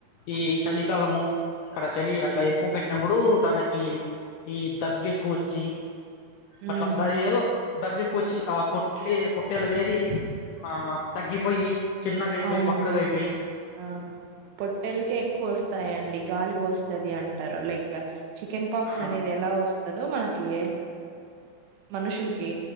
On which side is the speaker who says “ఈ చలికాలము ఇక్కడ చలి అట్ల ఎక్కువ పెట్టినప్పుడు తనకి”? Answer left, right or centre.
Left